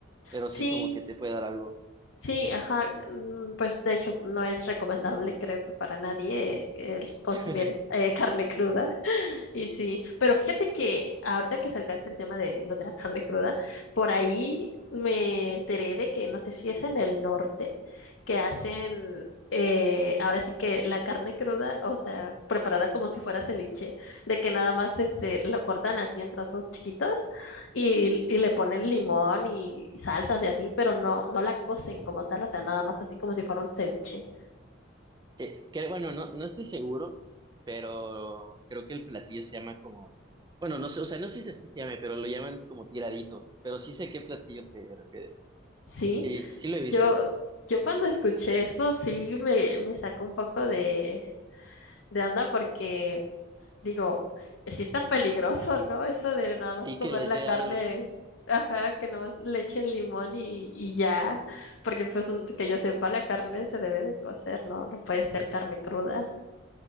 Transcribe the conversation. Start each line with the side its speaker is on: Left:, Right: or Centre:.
Right: pero
Left: Sí,
Right: sí como que te puede dar algo.
Left: Sí, ajá, mm, pues de hecho no es recomendable, creo que para nadie, el consumir
Right: <laughs>
Left: eh, carne cruda. Y sí, pero fíjate que ahorita que sacaste el tema de lo de la carne cruda, por ahí me enteré de que no sé si es en el norte que hacen, eh, ahora sí que la carne cruda, o sea, preparada como si fuera ceviche, de que nada más este, lo cortan así en trozos chiquitos y, y le ponen limón y salsas y así, pero no, no la cocen como tal, o sea, nada más así como si fuera un ceviche.
Right: Eh, creo- bueno, no, no estoy seguro, pero creo que el platillo se llama como, bueno, no sé, o sea, no sé si así se llame, pero lo llaman como tiradito, pero sí sé qué platillo te refieres.
Left: ¿Sí?
Right: Sí, sí lo he visto.
Left: Yo, yo cuando escuché eso sí me, me sacó un poco de, de onda porque digo, sí está peligroso, ¿no? Eso de nada más
Right: Sí
Left: comer
Right: que les
Left: la
Right: dé
Left: carne,
Right: algo. ¿no?
Left: ajá, que nada más le echen limón y, y ya, porque pues un- que yo sepa, la carne se debe de cocer, ¿no? No puede ser carne cruda.